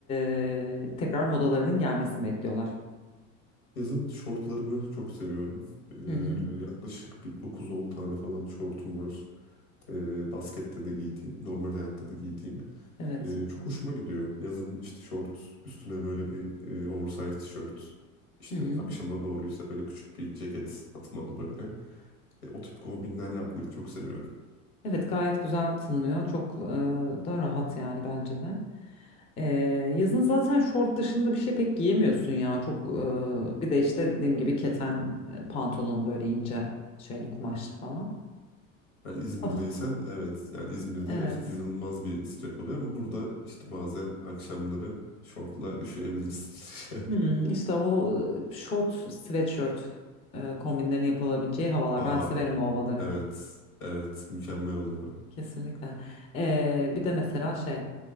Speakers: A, on the left; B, on the left.
A: e, tekrar modalarının gelmesini bekliyorlar.
B: yazın şortlarımı çok seviyorum.
A: Hı hı.
B: E, yaklaşık bir dokuz on tane falan şortum var. E, baskette de giydiğim, normal hayatta da giydiğim.
A: Evet.
B: E, çok hoşuma gidiyor. Yazın işte şort, üstüne böyle bir e, oversize tişört. İşte
A: Hı hı.
B: akşama doğruysa böyle küçük bir ceket atmalı böyle. E, o tip kombinler yapmayı çok seviyorum.
A: Evet gayet güzel tınlıyor. Çok e, da rahat yani bence de. E, yazın zaten şort dışında bir şey pek giyemiyorsun ya. Çok e, bir de işte dediğim gibi keten e, pantolon böyle ince şeyli kumaşlı falan.
B: Yani İzmir'deysen
A: Ah,
B: evet yani İzmir'de
A: evet.
B: gerçekten inanılmaz bir sıcak oluyor ama burada işte bazen akşamları şortla üşüyebilirsin.
A: Hmm, işte o e, şort sweatshirt e, kombinlerini yapılabileceği havalar.
B: <laughs> Aa
A: Ben severim o havaları.
B: evet evet mükemmel oluyor.
A: Kesinlikle. E, bir de mesela şey.